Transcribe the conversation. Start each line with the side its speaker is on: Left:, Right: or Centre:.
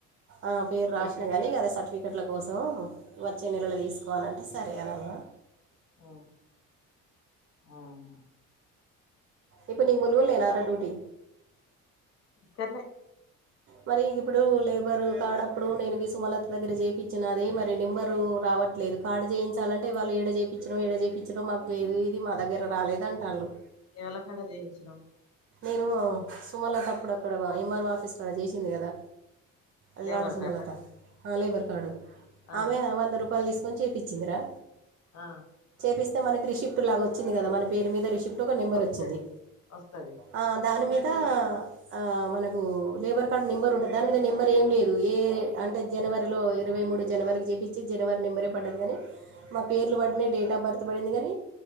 Right: ఆ పేరు రాసిన గాని అదే సర్టిఫికేట్ల కోసం వచ్చే నెలలో తీసుకోవాలంటే సరే అని అన్న
Left: ఆ అవునా
Right: ఇప్పు నీకు మునువల్లేనాట డ్యూటీ
Left: కనే
Right: మరి ఇంగ ఇప్పుడు లేబరు కాడప్పుడు నేనుగి సుమలత దగ్గర చేయిపిచ్చినాది మరి నెంబరు రావట్లే లేదు కాడు చేయించాలంటే వాళ్ళు ఎడ చేయిపిచ్చినావ్, ఎడ చేయిపిచ్చినావ్ మాకు లేదు. ఇది మా దగ్గర రాలేద అంటాళ్లు.
Left: ఎవల కాడ జయించినావ్?
Right: నేను సుమలత అప్పుడు అక్కడ ఎంఆర్ఓ ఆఫీస్కి అడ చేసింది కదా ఎల్లాడ
Left: లేబర్
Right: సుమలత
Left: కాడ
Right: ఆ లేబర్ కార్డు
Left: ఆ
Right: ఆమె వంద రూపాయలు తీస్ ఫోన్ చెపించిందిరా
Left: ఆ
Right: పిస్తే మనకిి రిసిప్ట్ లాగ వచ్చింది కద మన పేరు మీద రిసిప్ట్ ఒక నెంబర్
Left: వస్తది
Right: వచ్చింది
Left: వస్తది
Right: ఆ, దాని మీద ఆ మనకు లేబర్ కార్డ్ నెంబర్ ఉంటది దాని మీద నెంబర్ ఏం లేదు ఏ అంటే జనవరిలో ఇరవై మూడు జనవరికి చెప్పిచ్చి జనవరి నెంబరే పడ్డది కానీ మా పేర్లు పడిన డేట్ ఆఫ్ బర్త్ పడింది కాని